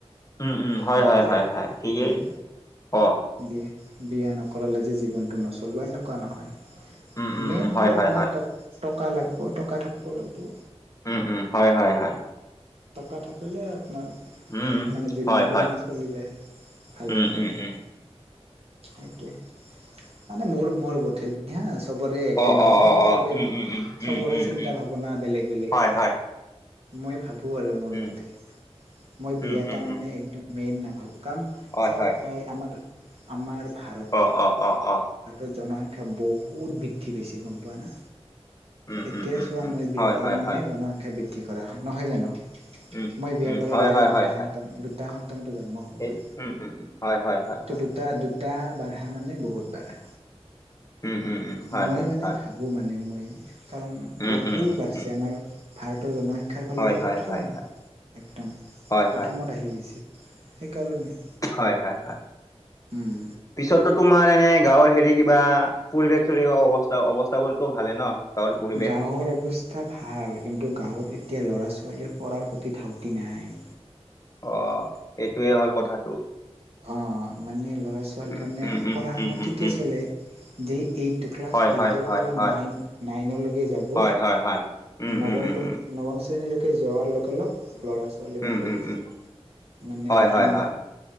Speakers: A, on the left (about 30°); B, on the right (about 65°).
A: উম উম হয়
B: সেইটোৱে
A: হয় হয় হয় ঠিকেই
B: উম,
A: অ',
B: বিয়া বিয়া নকৰালে যে জি। <unintelligible>
A: উম, উম, উম হয়, হয়, হয়,
B: টকা লাগিব টকা থাকিব লাগিব
A: উম উম হয় হয় হয়
B: টকা থাকিলে। আপোনাৰ
A: উম,
B: মানে জীৱনটো
A: হয়, হয়,
B: মানে চলি যায় ভাল
A: উম,
B: ধৰণে
A: উম, উম।
B: সেইটোৱে মানে মোৰ মোৰ গোঠে দি হা। চবৰে একে
A: অ
B: নহয়
A: অ অ
B: চবেই
A: অ উম উম উম উম
B: চবৰে
A: উম
B: চিন্তা
A: উম
B: ভাৱনা বেলেগ বেলেগ
A: হয় হয়
B: মই ভাবোঁ আৰু মোৰ মতে
A: উম
B: মই
A: উম
B: বিয়া এটা
A: উম
B: মানে
A: উম
B: একদম মেইন নাভাবোঁ কাৰণ
A: হয়
B: চাওক
A: হয়
B: এই আমাৰ আমাৰ ভাৰতত
A: অ অ অ অ।
B: ভাৰতৰ জনসংখ্যা বহুত বৃদ্ধি পাইছে গম পোৱা না
A: উম
B: এতিয়া
A: উম উম
B: চোৱা
A: উম
B: মই বিয়া
A: হয়
B: কৰা
A: হয়
B: মানে
A: হয়
B: জনসংখ্যা বৃদ্ধি কৰা নহয় জানো
A: উম
B: মই বিয়া
A: উম
B: কৰালে
A: হয় হয়
B: আৰু দুটা
A: হয়
B: সন্তান
A: হয়
B: দুটা সন্তান প্ৰটো জন্ম হবই
A: সেই উম উম উম হয় হয় হয়
B: ত
A: হয়
B: দুটা দুটা এটা বঢ়া মানে বহুত বঢ়া
A: উম উম উম হয়
B: মই
A: হয়
B: মানে
A: হয়
B: ভাবোঁ মানে মই কাৰণ
A: উম
B: বহুত
A: উম উম
B: বাঢ়িছে
A: উম
B: আমাৰ ভাৰতৰ জনসংখ্যাৰ ফালেদি।
A: হয় হয়
B: প্ৰথম
A: হয় হয়
B: একদম
A: হয়
B: প্ৰথমত
A: হয়
B: আহি গৈছে সেইকাৰণে
A: হয় হয় হয়
B: উম
A: পিছতো তোমাৰ এনে গাঁৱৰ হেৰি। বা পৰিৱেশ চৰি অৱস্থা অৱস্থাাবোৰতো ভালে ন গাঁৱৰ পৰিৱেশ
B: গাঁৱৰ অৱস্থা ভাল কিন্তু গাঁৱত এতিয়া ল'ৰা ছোৱালী পঢ়াৰ প্ৰতি ধাউতি নাই।
A: অ, সেইটোৱে হ'ল কথাটো।
B: অঁ মানে ল'ৰা ছোৱালী
A: উম
B: মানে
A: উম উম
B: পঢ়া
A: উম
B: শুনা
A: উম
B: ঠিকে
A: উম
B: চলে যে এইট ক্লাছ
A: হয়
B: এইটৰ
A: হয় হয়
B: পৰা
A: হয়
B: নাইন নাইনলৈকে যাব
A: হয় হয় হয় উম
B: নৱম
A: উম উম
B: দ
A: উম
B: নৱম শ্ৰেণীলৈকে যোৱাৰ লগে লগপ ল'ৰা ছোৱালী
A: উম
B: বাগৰি
A: উম উম
B: যায় মানে
A: হয়
B: একদম
A: হয় হয়